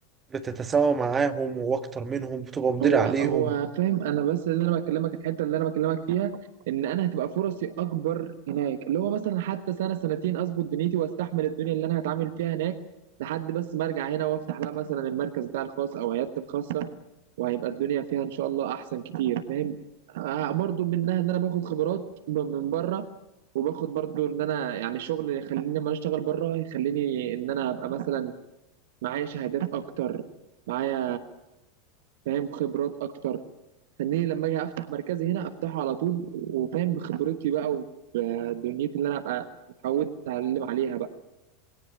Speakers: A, on the right (about 25°); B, on the right (about 60°).
A: بتتساوى معاهم واكتر منهم بتبقى مدير
B: هو
A: عليهم
B: هو فاهم انا بس اللي انا بكلمك الحته اللي انا بكلمك فيها ان انا هتبقى فرصي اكبر هناك اللي هو مثلا حتى سنه سنتين اظبط دنيتي واستحمل الدنيا اللي انا هتعامل فيها هناك لحد بس ما ارجع هنا وافتح بقى مثلا المركز بتاع الخاص او عيادتي الخاصه وهيبقى الدنيا فيها ان شاء الله احسن كتير فاهم آه برضو منها ان انا باخد خبرات ب- من بره وباخد برضو ان انا يعني الشغل اللي يخليني لما أنا اشتغل بره يخليني ان انا ابقى مثلا معايا شهادات اكتر معايا فاهم خبرات اكتر خليني لما اجي افتح مركزي هنا افتحه على طول وفاهم بخبرتي بقى وبدنيتي اللي انا ابقى اتعودت اتعلم عليها بقى